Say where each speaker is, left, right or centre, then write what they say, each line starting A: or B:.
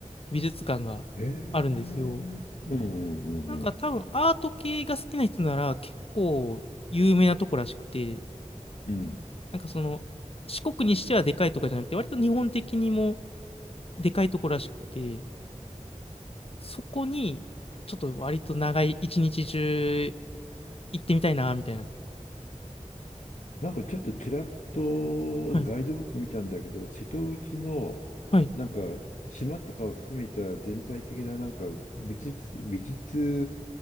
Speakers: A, on the left; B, on the left.
A: 美術館があるんですよ。
B: へえ。うんうんうんうん。
A: なんか多分アート系が好きな人なら結構有名なとこらしくて、
B: うん。
A: なんかその四国にしてはでかいとかじゃなくて、割と日本的にもでかいとこらしくて、そこにちょっと割と長い一日中行ってみたいな、みたいな。
B: なんかちょっとちらっとガイドブック見たんだけど、
A: はい、
B: 瀬戸内のなんか島とかを含めた全体的ななんか美術、
A: はい、
B: 美術